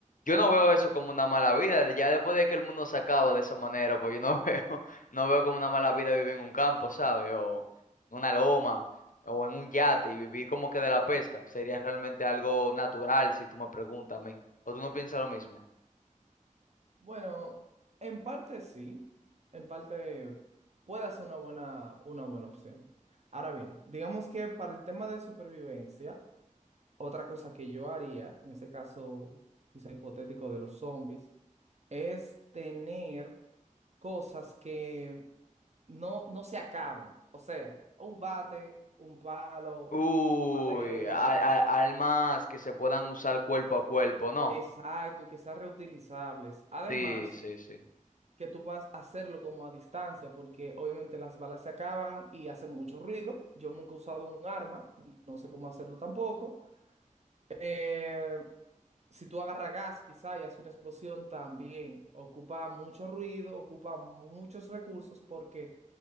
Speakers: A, on the left; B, on the right.
A: Yo no veo eso como una mala vida, ya después de que el mundo se acaba de esa manera, pues yo no <laughs> veo, no veo como una mala vida vivir en un campo, ¿sabes? O una loma o en un yate y vivir como que de la pesca, sería realmente algo natural si tú me preguntas a mí. ¿O tú no piensas lo mismo?
B: Bueno, en parte sí, en parte puede ser una buena, una buena opción. Ahora bien, digamos que para el tema de supervivencia, Otra cosa que yo haría, en este caso quizá hipotético de los zombies, es tener cosas que no, no se acaben. O sea, un bate, un palo,
A: Uy,
B: madera,
A: a- a- almas que se puedan usar cuerpo a cuerpo, ¿no?
B: exacto, y que sean reutilizables. Además,
A: Sí, sí, sí.
B: que tú puedas hacerlo como a distancia, porque obviamente las balas se acaban y hacen mucho ruido. Yo nunca he usado un arma, no sé cómo hacerlo tampoco. Eh, si tú agarras gas quizá y haces una explosión también, ocupa mucho ruido, ocupa muchos recursos porque